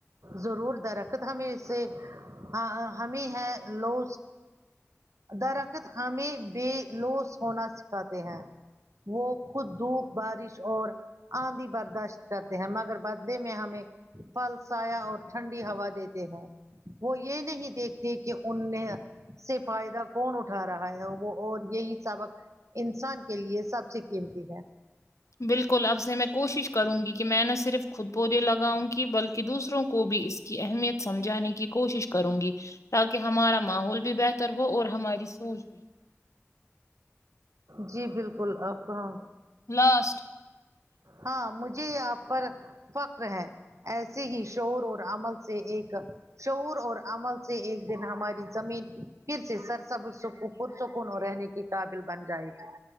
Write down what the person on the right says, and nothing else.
ضرور درخت ہمیں اس سے ہاں ہمیں ہے لو درخت ہمیں بے لوس ہونا سکھاتے ہیں وہ خود دھوپ بارش اور آندھی برداشت کرتے ہیں مگر بدلے میں ہمیں پھل سایا اور ٹھنڈی ہوا دیتے ہیں وہ یہ نہیں دیکھتے کہ ان میں سے فائدہ کون اٹھا رہا ہے وہ اور یہی سبق انسان کے لیے سب سے قیمتی ہے
جی بالکل آپ کہاں
ہاں مجھے یہ آپ پر فخر ہے ایسے ہی شور اور عمل سے ایک شعور اور عمل سے ایک دن ہماری زمین پھر سے سرسب سکو پر سکون رہنے کی قابل بن جانے گی